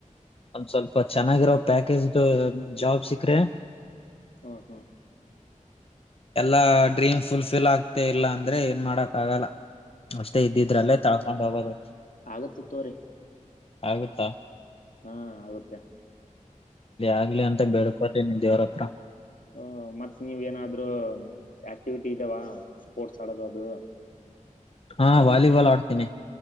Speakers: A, on the left; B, on the left.
A: ಒಂದ್ ಸ್ವಲ್ಪ ಚೆನ್ನಾಗಿರೋ ಪ್ಯಾಕೇಜ ಜಾಬ್ ಸಿಕ್ಕ್ರಿ
B: ಹ್ಮ್
A: ಎಲ್ಲಾ ಡ್ರೀಮ್ ಫುಲ್ ಫಿಲ್ ಆಗ್ತ ಇಲ್ಲ ಅಂದ್ರೆ ಏನ್ ಮಾಡಕ್ ಆಗಲ್ಲ
B: ಹ್ಮ್
A: ಅಷ್ಟೇ ಇದ್ದಿದ್ರಲ್ಲೇ ತಳ್ಕೊಂಡ ಹೋಗೋದು
B: ಆಗತ್ತೆ ತೋರಿ
A: ಆಗುತ್ತಾ
B: ಹಾ ಆಗುತ್ತೆ
A: ಆಗ್ಲಿ ಅಂತ ಬೇಡ್ಕೊ ದೇವ್ರ ಹತ್ರ
B: ಹ ಮತ್ತ ನೀವ ಏನಾದರೂ ಆಕ್ಟಿವಿಟಿ ಇದಾವ ಸ್ಪೋರ್ಟ್ಸ್ ಆಡೋದ ಅದು
A: ಹಾ ವಾಲಿಬಾಲ್ ಆಡ್ತೇನೆ